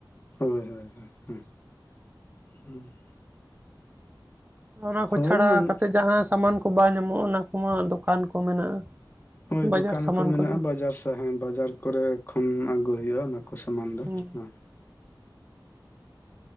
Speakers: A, on the left (about 25°); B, on the right (about 20°).
A: ᱦᱳᱭ ᱦᱳᱭ, <inaudible>
B: ᱚᱱᱟ ᱠᱚ
A: ᱦᱳᱭ
B: ᱪᱷᱟᱲᱟ ᱠᱟᱛᱮᱫ ᱡᱟᱦᱟ ᱥᱟᱢᱟᱱ ᱠᱚ ᱵᱟᱝ ᱧᱟᱢᱚᱜᱼᱟ ᱚᱱᱟ ᱠᱚᱢᱟ ᱫᱳᱠᱟᱱ ᱠᱚ ᱢᱮᱱᱟᱜᱼᱟ᱾
A: ᱦᱳᱭ
B: ᱵᱟᱡᱟᱨ
A: ᱫᱚᱠᱟᱱ
B: ᱥᱟᱢᱟᱱ
A: ᱠᱚ ᱢᱮᱱᱟᱜᱼᱟ
B: ᱠᱚᱫᱚ
A: ᱵᱟᱡᱟᱨ ᱥᱚᱦᱮ ᱵᱟᱡᱟᱨ ᱠᱚᱨᱮ ᱠᱷᱚᱱ ᱟᱹᱜᱩ ᱦᱩᱭᱩᱜᱼᱟ ᱚᱱᱟ ᱠᱚ ᱥᱟᱢᱟᱱ ᱫᱚ᱾
B: ᱦᱮᱸ
A: ᱦᱩᱸ,